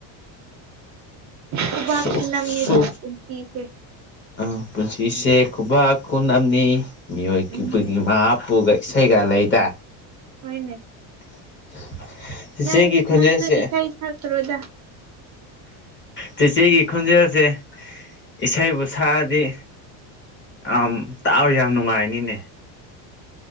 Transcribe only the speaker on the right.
ꯈꯨꯕꯥꯛ
ꯈꯨꯅꯝꯅꯤꯗ
ꯄꯨꯟꯁꯤꯁꯦ
ꯎꯝ
ꯍꯅꯦ
ꯅꯪ
ꯅꯪꯁꯨ ꯏꯁꯥꯏ ꯁꯥꯇ꯭ꯔꯣꯗꯥ